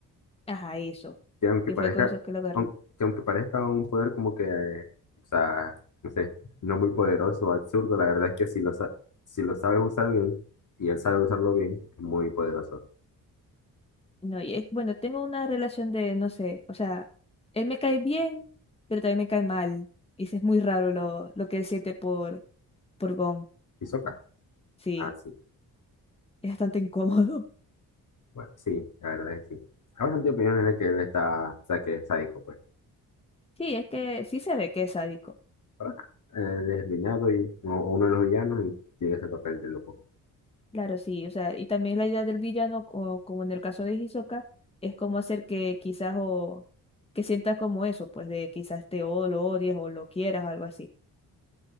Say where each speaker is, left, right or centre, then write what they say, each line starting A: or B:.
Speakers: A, on the left (about 15°); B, on the left (about 50°).
A: Ajá, eso,
B: que aunque
A: que
B: parezca,
A: fue con eso que lo agarró.
B: aun- que aunque parezca un poder como que, eh, o sea, no sé, no muy poderoso o absurdo, la verdad es que si lo, sa- si lo sabes usar bien y él sabe usarlo bien, es muy poderoso.
A: No, y es, bueno, tengo una relación de, no sé, o sea, él me cae bien, pero también me cae mal. Y sí es muy raro lo, lo que él siente por, por Gon.
B: ¿Y Sokka?
A: Sí,
B: Ah, sí.
A: es bastante incómodo. <laughs>
B: Bueno, sí, la verdad es que sí. Hay bastante opiniones de que él está, o sea, que es sádico, pues.
A: Sí, es que sí se ve que es sádico.
B: Pero, ajá, él es el villano y, o o uno de los villanos y tiene ese papel de loco.
A: Claro, sí, o sea, y también la idea del villano, o como en el caso de Hisoka, es como hacer que quizás o que sientas como eso, pues de quizás te o lo odies o lo quieras o algo así.